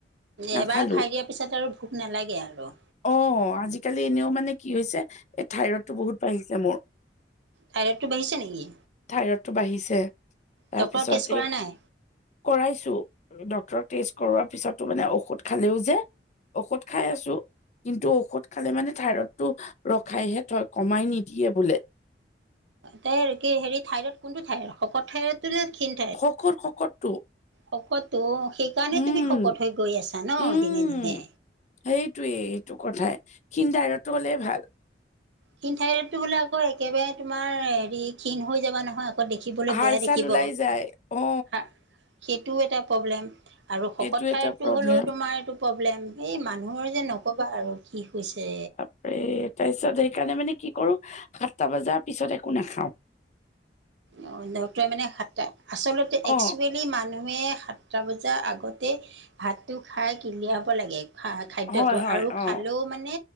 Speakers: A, on the left; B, on the right.
A: নাখালো
B: এবাৰ খাই দিয়াৰ পিছত আৰু ভোক নালাগে আৰু।
A: অ আজিকালি এনেও মানে কি হৈছে এই ঠাইৰডতটো বহুত বাঢ়িছে মোৰ।
B: ঠাইৰতটো বাঢ়িছে নেকি?
A: ঠাইৰতটো বাঢ়িছে তাৰপিছত
B: ডক্টৰ টেষ্ট কৰা
A: এইক
B: নাই
A: কৰাইছো, ডক্তৰক টেষ্ট কৰোৱাৰ পিছতো মানে ঔষধ খালেও যে ঔষধ খাই আছো কিন্তু ঔষধ খালে মানে ঠাইৰতটো ৰখাইহে থক- কমাই নিদিয়ে বোলে।
B: তাইৰ কি হেৰি ঠাইৰত কোনটো ঠাইৰখ শকত ঠাইৰটো নে ক্ষীণ
A: খকৰ শকতটো
B: শকতটো সেইকাৰণে
A: উম
B: তুমি শকত হৈ গৈ আছা ন
A: উম
B: দিনে দিনে।
A: সেইটোৱে এইটো কথাই ক্ষীণ দাইৰত হ'লে ভাল।
B: ক্ষীণ ঠাইৰডতো বোলে আকৌ একেবাৰে তোমাৰ হেৰি ক্ষীণ হৈ যাবা নহয় আকৌ দেখিবলৈ
A: হাড়
B: বেয়া দেখিব
A: চাল ওলাই যায় অ
B: হা সেইটো এটা প্ৰব্লেম আৰু শকত
A: এইটো
B: ঠাইতটো
A: এটা প্ৰব্লেম
B: হ'লেও তোমাৰ এইটো প্ৰব্লেম এই মানুহৰ যে নক'বা আৰু কি হৈছে
A: এ তাছত সেইকাৰণে মানে কি কৰো সাতটা বজাৰ পিছত একো নাখাওঁ।
B: অ নটুৱাই মানে সাতটা আচলতে একচুৱেলি
A: অ
B: মান- মানুহে সাতটা বজাৰ আগতে ভাতটো খাই উলিয়াব লাগে। খা খাদ্যতো
A: হয় হয়
B: আৰু
A: অ
B: খালেও মানে